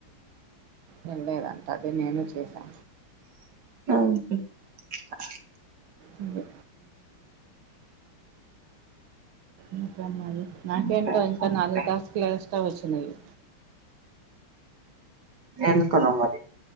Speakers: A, on the right; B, on the right.
A: వెళ్లేదంతా అదే నేను చూసా
B: <unintelligible>
A: ఉండు ఇంకా మరి నాకేంటో
B: ఇంకేం
A: ఇంకా
B: సంగతి
A: నాలుగు టాస్క్ లే తవచునవి
B: ఎందుకున్నా మరి